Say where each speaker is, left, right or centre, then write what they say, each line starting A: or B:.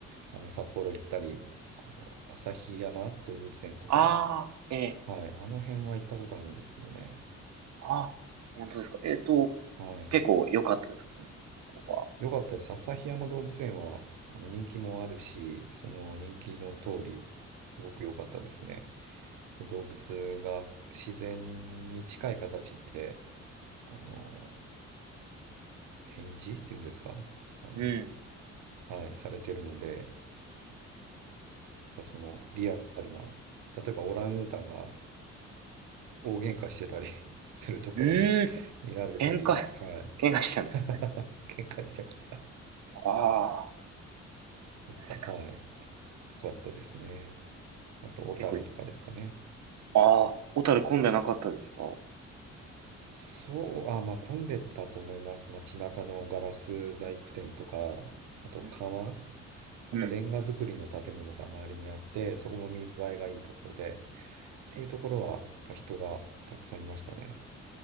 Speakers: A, on the right; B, on the right.
A: あの、札幌行ったり、あの、旭山動物園とか、
B: ああ、ええ、
A: はい、あの辺は行ったことあるんですけどね。
B: あ、本当ですか。えっと、
A: はい。
B: 結構良かったですか、その旅行は。
A: よかったです。旭山動物園は、あの、人気もあるし、その人気の通り、すごく良かったですね。こう動物が自然に近い形で、あの、展示っていうんですかあの、
B: うん。
A: はい、されてるので、なんかそのリアルな、例えばオランウータンが大喧嘩してたり <laughs> するところも見られたり、
B: うーん、喧嘩、
A: はい。
B: 喧嘩したんですね。
A: <laughs> 喧嘩してました。
B: ああ、っ
A: とか、
B: て感
A: はい。よかったですね。あと、
B: じ。
A: 小樽とかですかね。
B: 結構ああ、小樽混んでなかったですか
A: そう、あ、まあ混んでたと思います。街中のガラス細工店とか、あと川、
B: うん。
A: なんかレンガ造りの建物が周りにあって、
B: うん
A: そこも見栄えがいいところで、そういうところはやっぱ人がたくさんいましたね。
B: え、